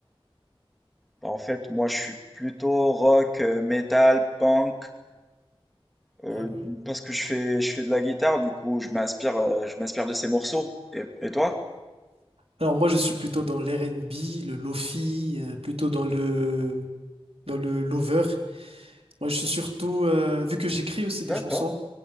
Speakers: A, in the centre; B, on the right (about 80°).
A: Bah, en fait, moi je suis plutôt rock, euh, metal, punk, euh,
B: Raconte.
A: parce que je fais, je fais de la guitare, du coup je m'inspire, euh, je m'inspire de ces morceaux. Et, et toi?
B: Alors moi, je suis plutôt dans l'R and B le lofi, euh, plutôt dans le dans le lover. Moi, je suis surtout, euh, vu que j'écris aussi des
A: D'accord.
B: chansons,